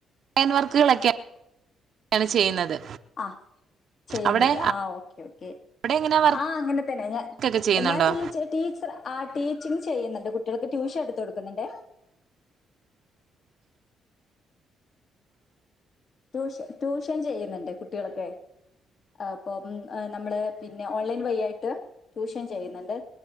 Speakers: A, on the right; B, on the left.
A: ഹാൻഡ് വർക്കുകളൊക്കെ ക്കെയാണ് ചെയ്യുന്നത്
B: ആഹ് ചെയ്യുന്നത്
A: അവിടെ
B: ആഹ് ഓക്കെ ഓക്കെ കെ
A: അവിടെ എങ്ങനെ
B: ആഹ് അങ്ങനെക്കെ തന്നെ ഞാ
A: വർക്കൊക്കെ ചെയ്യുന്നുണ്ടോ
B: ഞാൻ ടീച് ടീച്റാ ആ ടീച്ചിംഗ് ചെയ്യ്ന്ന് കുട്ടികൾക്ക് ട്യൂഷൻ എട്ത്ത് കൊടുക്ക്ന്ന്ണ്ടേ ട്യൂഷൻ ട്യൂഷൻ ചെയ്യ്ന്ന്ണ്ട് കുട്ടികൾക്കെയ് അപ്പം നമ്മള് പിന്നെ ഓൺലൈൻ വഴിയായിട്ട് ട്യൂഷൻ ചെയ്യ്ന്ന്ണ്ട്